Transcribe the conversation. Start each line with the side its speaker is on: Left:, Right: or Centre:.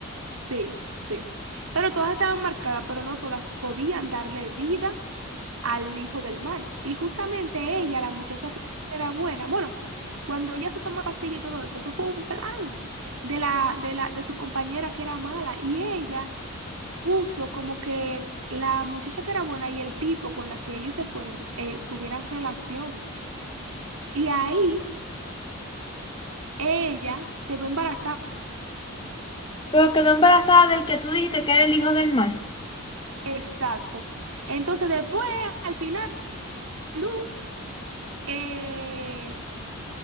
Right: Sí, sí. Pero todas estaban marcadas, pero no todas podían darle vida al hijo del mal. Y justamente ella, la muchacha que era buena, bueno, cuando ella se tomó la pastilla y todo eso, eso fue un plan de la, de la, de su compañera que era mala. Y ella puso como que la muchacha que era buena y el tipo con la que ellos se fueron eh, tuvieran relaciones. Y ahí ella quedó embarazada.
Left: Pero quedó embarazada del que tú dijiste que era el hijo del mar.
Right: Exacto. Entonces después, al final, Luz, eh,